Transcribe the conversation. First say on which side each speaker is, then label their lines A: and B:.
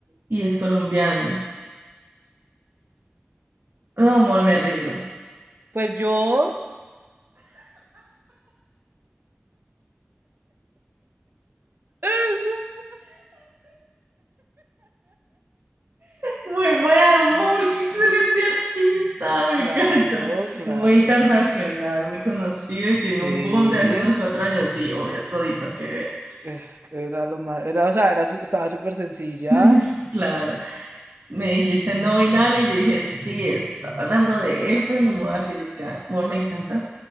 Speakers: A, on the right; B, on the right.
A: y es colombiano. No, amor, me rindo.
B: Pues yo. <laughs>
A: Muy buen amor, qué excelente artista, me
B: Claro,
A: encanta.
B: claro.
A: Es muy internacional, muy conocido y tiene
B: Sí.
A: un boom de hace unos cuatro años. Sí, obvio, todito que ver.
B: Es- era lo más, era, o sea, era, su- estaba súper sencilla.
A: <laughs> Claro, me dijiste no binario, yo dije sí, está hablando de él, pero no me voy a arriesgar. Amor, me encanta.